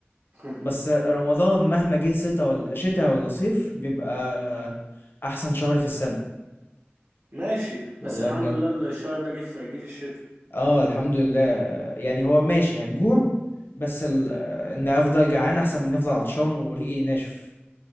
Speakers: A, on the right (about 60°); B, on the left (about 55°).
A: <laughs>
B: بس رمضان مهما جه شتاء ولا شتاء ولا صيف بيبقى احسن شهر في السنة
A: ماشي
B: والله
A: بس الحمد
B: بجد
A: لله الشهر ده جه في جه في الشتاء
B: اه الحمد لله يعني هو ماشي هتجوع بس ال... ان افضل جعان احسن من افضل عطشان وريقي ناشف